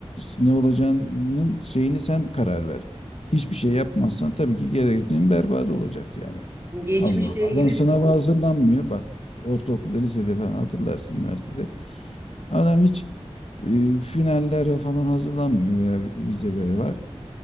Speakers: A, on the left; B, on the right.
A: ne olacağının şeyini sen karar ver. Hiçbir şey yapmazsan tabii ki geleceğin berbat olacak yani.
B: geçmişle
A: Allah Allah.
B: ilgili
A: Adam sınava
B: sıkı
A: hazırlanmıyor. Bak ortaokulda, lisede falan hatırlarsın üniversitede. Adam hiç e, finallere falan hazırlanmıyor veya vizelere var.